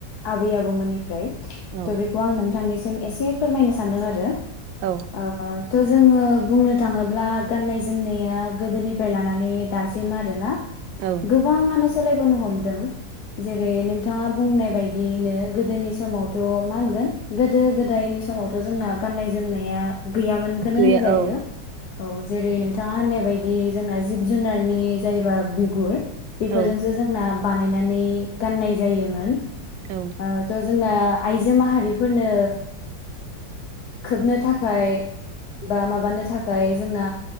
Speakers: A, on the left; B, on the right.
A: आबै आबौ मोननि फ्राय
B: औ
A: थ बेखौ आं नोंथांनिसि सिम एसे फोरमायनो सान्दों आरो
B: औ
A: <inaudible> जोङो बुंनो थाङोब्ला गाननाय जोमनाया गोदोनिफ्राय लानानै दासिम आरो ना
B: औ
A: गोबांआनो सोलायबोनो हमदों जेरै नोंथाङा बुंनाय बायदिनो गोदोनि समावथ मा होनगोन गोदो गोदायनि समावथ जोंना गाननाय जोमनाया गैयामोनखौनो
B: गैया
A: होनजायो
B: औ
A: औ जेरै नों बिथाङा होननाय बायदि जोंना जिब जुनारनि जायोबा बिगुर बेफोरजोंसो
B: औ
A: जोंना बानायनानै गाननाय जायोमोन। <unintelligible>
B: औ
A: जोंना आइजो माहारिफोरनो खोबनो थाखाय बा माबानो थाखाय जोंना